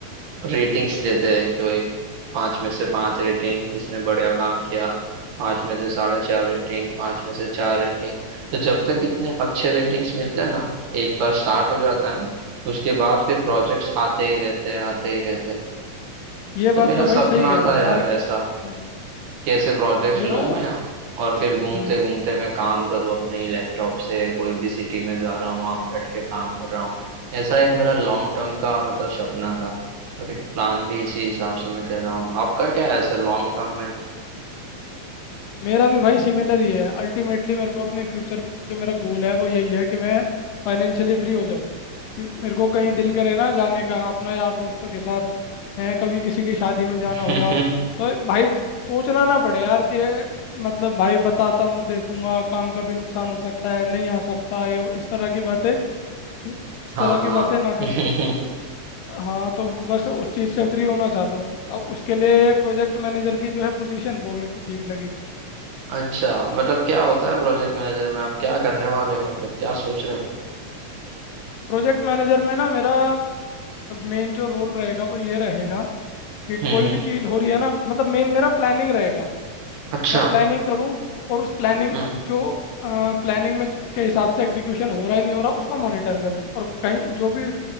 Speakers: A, on the right (about 75°); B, on the left (about 85°).
A: रेटिंग्स देते हैं कि भाई पाँच में से पाँच रेटिंग इसने बढ़िया काम किया पाँच में से साढ़े चार रेटिंग पाँच में से चार रेटिंग तो जब तक इतने अच्छे रेटिंग्स मिलते हैं ना एक बार स्टार्ट हो जाता है ना उसके बाद फिर प्रोजेक्ट्स आते ही रहते हैं आते ही रहते हैं
B: ये
A: तो
B: बात
A: मेरा
B: तो भाई
A: सपना
B: सही कह रहे
A: था
B: हो मार्क
A: यार ऐसा
B: हम्म,
A: कैसे प्रोजेक्ट्स
B: ये
A: लूँ
B: बात
A: मैं और फिर घूमते
B: हम्म
A: घूमते मैं काम करूँ अपने ही लैपटॉप से कोई भी सिटी में जा रहा हूँ वहाँ बैठ के काम कर रहा हूँ ऐसा एक मेरा लॉन्ग टर्म का मतलब सपना था और एक प्लान भी इसी हिसाब से मैं कर रहा हूँ आपका क्या है सर लॉन्ग टर्म में
B: मेरा भी भाई सिमिलर ही है अल्टीमेटली मेरे को अपने फ्यूचर जो मेरा गोल है वो यही है कि मैं फाइनेंशियली फ्री हो जाऊँ कि मेरे को कहीं दिल करे ना जाने का अपना यार दोस्तों के साथ है कभी किसी की शादी में जाना
A: <laughs>
B: हुआ तो भाई सोचना ना पड़े यार कि मतलब भाई बताता हूँ देखूंगा काम का भी नुकसान हो सकता है नहीं आ सकता ये वो, इस तरह की बातें इस
A: हाँ
B: तरह की
A: हाँ
B: बातें ना करूँ
A: <laughs>
B: हाँ तो बस उस चीज़ से फ्री होना चाहता हूँ अब उसके लिए प्रोजेक्ट मैनेजर की जो है पोजीशन वो मेरे को ठीक लगी
A: अच्छा मतलब क्या होता है प्रोजेक्ट मैनेजर में आप क्या करने वाले हो मतलब क्या सोच रहे हो
B: प्रोजेक्ट मैनेजर में ना मेरा मेन जो रोल रहेगा वो ये रहेगा कि
A: हम्म
B: कोई
A: हम्म,
B: भी चीज़ हो रही है ना मतलब मेन मेरा प्लानिंग रहेगा
A: अच्छा
B: मैं प्लानिंग करूँ और उस प्लानिंग
A: हम्म
B: जो प्लानिंग में ज- के हिसाब से एग्जीक्यूशन हो रहा है नहीं हो रहा उसको मॉनिटर करूँ और कहीं जो भी